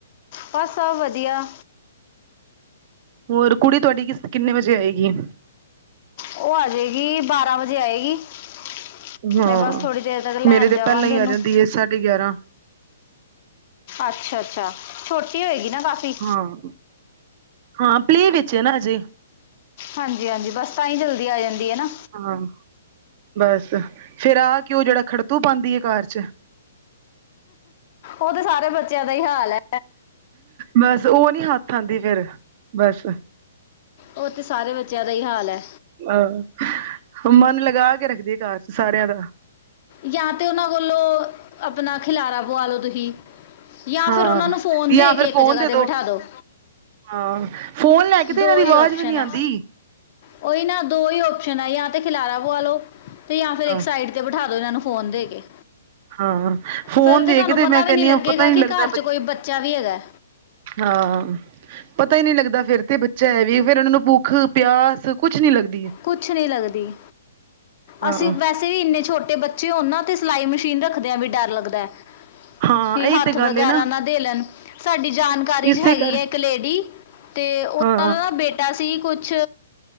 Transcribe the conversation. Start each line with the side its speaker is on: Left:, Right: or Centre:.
Left: ਬਸ ਸਭ ਵਦੀਆ।
Right: ਹੋਰ ਕੁੜੀ ਤੁਆਡੀ ਕਿਸ ਕਿੰਨੇ ਵਜੇ ਆਏਗੀ?
Left: ਓਹ ਆ ਜੇਗੀ ਬਾਰਾਂ ਵਜੇ ਆਏਗੀ। ਅਸੀਂ
Right: ਹਾਂ
Left: ਬਸ ਥੋੜੀ ਦੇਰ ਤੱਕ ਲੈਣ
Right: ਮੇਰੇ ਤੇ
Left: ਜਾਵਾਂਗੇ
Right: ਪਹਿਲਾਂ ਹੀ
Left: ਓਨੂੰ।
Right: ਆ ਜਾਂਦੀ ਹੈ ਸਾਢੇ ਗਿਆਰਾਂ
Left: ਅੱਛਾ-ਅੱਛਾ ਛੋਟੀ ਹੋਏਗੀ ਨਾ ਕਾਫੀ।
Right: ਹਾਂ, ਹਾਂ ਪਲੇ ਵਿੱਚ ਏ ਨਾ ਅਜੇ
Left: ਹਾਂਜੀ-ਹਾਂਜੀ ਬਸ ਤਾਂ ਈ ਜਲਦੀ ਆ ਜਾਂਦੀ ਏ ਨਾ
Right: ਹਾਂ ਬਸ ਫਿਰ ਆ ਕੇਓ ਜੇੜਾ ਖੜਤੂ ਪਾਂਦੀ ਏ ਘਰ 'ਚ
Left: ਓ ਤੇ ਸਾਰੇ ਬੱਚਿਆਂ ਦਾ ਈ ਹਾਲ ਐ।
Right: ਬਸ ਓ ਨੀ ਹੱਥ ਆਂਦੀ ਫਿਰ ਬਸ
Left: ਓ ਤੇ ਸਾਰੇ ਬੱਚਿਆਂ ਦਾ ਈ ਹਾਲ ਐ।
Right: ਆ ਮਨ ਲਗਾ ਕੇ ਰੱਖਦੀ ਆ ਘਰ 'ਚ ਸਾਰਿਆਂ ਦਾ
Left: ਜਾਂ ਤੇ ਉਹਨਾਂ ਕੋਲੋਂ ਆਪਣਾ ਖਿਲਾਰਾ ਪਵਾ ਲੋ ਤੁਹੀ ਜਾਂ
Right: ਹਾਂ
Left: ਫਿਰ ਉਨਾਂ ਨੂੰ ਫੋਨ
Right: ਜਾਂ
Left: ਦੇ ਕੇ
Right: ਫਿਰ
Left: ਇੱਕ
Right: ਫੋਨ
Left: ਜਗ੍ਹਾ
Right: ਦੇ
Left: ਤੇ ਬਿਠਾ ਦੋ।
Right: ਹਾਂ ਫੋਨ ਲੈ ਕੇ ਤੇ
Left: ਦੋ
Right: ਇਹਨਾਂ ਦੀ ਆਵਾਜ਼
Left: ਈ ਓਪਸ਼ਨ
Right: ਵੀ ਨੀ ਆਉਂਦੀ
Left: ਐ। ਉਹੀ ਨਾ ਦੋ ਈ ਓਪਸ਼ਨ ਹੈ ਜਾਂ ਤੇ ਖਿਲਾਰਾ ਪੁਆ ਲੋ ਤੇ ਜਾਂ ਫਿਰ ਇੱਕ
Right: ਹਾਂ
Left: ਸਾਈਡ ਤੇ ਬਿਠਾ ਇਨਾਂ ਨੂੰ ਫੋਨ ਦੇ ਕੇ।
Right: ਹਾਂ ਫੋਨ
Left: ਫਿਰ
Right: ਦੇ
Left: ਤੇ ਤਾਨੂੰ
Right: ਕੇ
Left: ਪਤਾ
Right: ਮੈਂ ਕਹਿੰਦੀ
Left: ਵੀ ਨੀ ਲੱਗੇਗਾ
Right: ਹਾਂ ਪਤਾ ਹੀ ਨਹੀਂ
Left: ਕਿ
Right: ਲੱਗਦਾ
Left: ਘਰ 'ਚ
Right: ਬ
Left: ਕੋਈ ਬੱਚਾ ਵੀ ਹੈਗਾ।
Right: ਹਾਂ ਪਤਾ ਈ ਨਈ ਲੱਗਦਾ ਫਿਰ ਤੇ ਬੱਚਾ ਹੈ ਵੀ ਫਿਰ ਉਨਾਂ ਨੂੰ ਭੁੱਖ ਪਿਆਸ ਕੁਛ ਨੀ ਲੱਗਦੀ ਏ।
Left: ਕੁਛ ਨਈ ਲੱਗਦੀ
Right: ਹਾਂ
Left: ਅਸੀ ਵੈਸ ਤੇ ਇੰਨੇ ਛੋਟੇ ਬੱਚੇ ਹੋਨ ਤੇ ਸਿਲਾਈ ਮਸ਼ੀਨ ਰੱਖਦਿਆਂ ਵੀ ਡਰ ਲੱਗਦੈ।
Right: ਹਾਂ
Left: ਕਿ
Right: ਇਹੀ
Left: ਹੱਥ
Right: ਤੇ
Left: ਵਗੈਰਾ
Right: ਗੱਲ ਹੈ
Left: ਨਾ ਦੇ ਲੈਣ ਸਾਡੀ ਜਾਨ ਕਾਰੀ
Right: ਇਸੇ
Left: 'ਚ ਹੈਗੀ
Right: ਕਰ
Left: ਹੈ ਇੱਕ ਲੇਡੀ ਤੇ ਉਨਾਂ
Right: ਹਾਂ
Left: ਦਾ ਨਾ ਬੇਟ ਐਸੇ ਈ ਕੁਛ